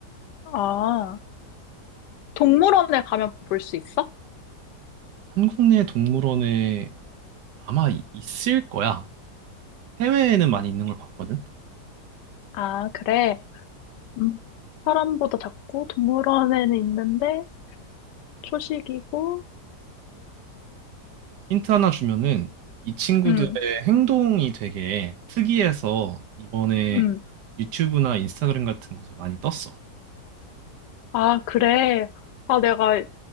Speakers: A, on the left; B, on the right.
A: 아, 동물원에 가면 볼 수 있어?
B: 한국 내 동물원에 아마 이- 있을 거야. 해외에는 많이 있는 걸 봤거든?
A: 아, 그래. 음, 사람보다 작고 동물원에는 있는데 초식이고,
B: 힌트 하나 주면은 이 친구들의
A: 음,
B: 행동이 되게 특이해서 이번에
A: 음.
B: 유튜브나 인스타그램 같은 곳에 많이 떴어.
A: 아, 그래. 아, 내가